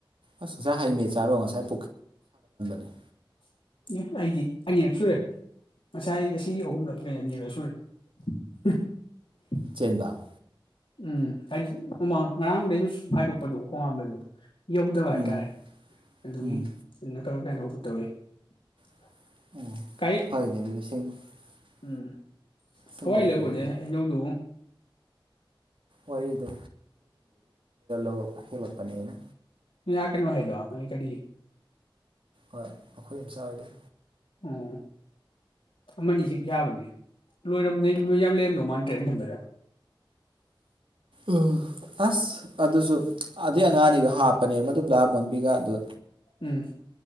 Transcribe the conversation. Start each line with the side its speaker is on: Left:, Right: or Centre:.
Right: ꯑꯁ ꯉꯁꯥꯏ <unintelligible>
Left: <inaudible>
Right: ꯆꯦꯟꯕ
Left: ꯎꯝ <unintelligible> ꯍꯥꯏꯗꯤꯃꯥꯡ ꯉꯔꯥꯡꯗꯩ ꯁꯨꯝ ꯍꯥꯏꯗꯣꯛꯄꯗꯨꯣ ꯈꯣꯡ ꯍꯥꯝꯕꯗꯨ ꯌꯧꯗꯕ ꯍꯥꯏꯇꯥꯔꯦ
Right: ꯎꯝ
Left: ꯑꯗꯨꯒꯤ
Right: ꯎꯝ
Left: <unintelligible> <unintelligible>
Right: <unintelligible>
Left: ꯀꯥꯏ ꯎꯝ
Right: ꯁꯦꯡꯗꯣꯛꯈ꯭ꯔꯦ
Left: ꯀꯋꯥꯏ <unintelligible> ꯂꯦꯕꯅꯦ
Right: ꯑꯗꯨꯗꯤ
Left: <unintelligible> ꯍꯩꯅꯧꯗꯨꯕꯨ
Right: ꯋꯥꯔꯤꯗꯣ <unintelligible> ꯍꯦꯂꯛꯄꯅꯦ ꯑꯩꯅ
Left: ꯌꯥ ꯀꯩꯅꯣ ꯍꯥꯏꯗꯣ ꯅꯣꯏ ꯀꯔꯤ
Right: ꯍꯣꯏ ꯑꯩꯈꯣꯏ ꯑꯝꯆꯥ ꯑꯣꯏꯗ
Left: ꯎꯝ ꯑꯃꯅꯤ ꯁꯤ ꯌꯥꯕꯅꯦ ꯂꯣꯏꯔꯝ ꯂꯣꯏ ꯌꯥꯝ ꯂꯩꯔꯝꯗꯧ ꯃꯥꯟꯗꯔꯦ ꯑꯩꯅ ꯈꯟꯕꯗ꯫
Right: ꯎꯝ ꯑꯁ ꯑꯗꯨꯁꯨ ꯑꯗꯨꯏ ꯑꯉꯥꯡꯑꯅꯤꯗꯣ ꯍꯥꯞ ꯄꯅꯦ ꯑꯃꯗꯨ ꯒꯃꯣꯟꯕꯤꯒ ꯑꯗꯣ
Left: ꯎꯝ